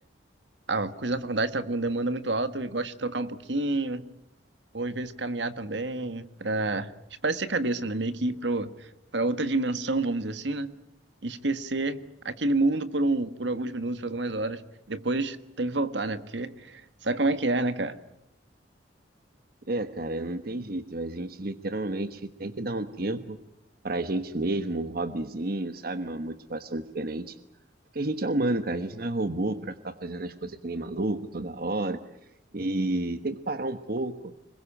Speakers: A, on the right (about 75°); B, on the right (about 55°).
A: a coisa da faculdade tá com demanda muito alta, eu gosto de tocar um pouquinho. Ou às vezes caminhar também para espairecer a cabeça, né? Meio que ir pro, para outra dimensão, vamos dizer assim, né? E esquecer aquele mundo por, um, por alguns minutos, por algumas horas. Depois tem que voltar, né? Porque sabe como é que é, né, cara?
B: É, cara, não tem jeito. A gente literalmente tem que dar um tempo pra gente mesmo, um hobbyzinho, sabe? Uma motivação diferente. Porque a gente é humano, cara. A gente não é robô pra ficar fazendo as coisas que nem maluco toda hora. E tem que parar um pouco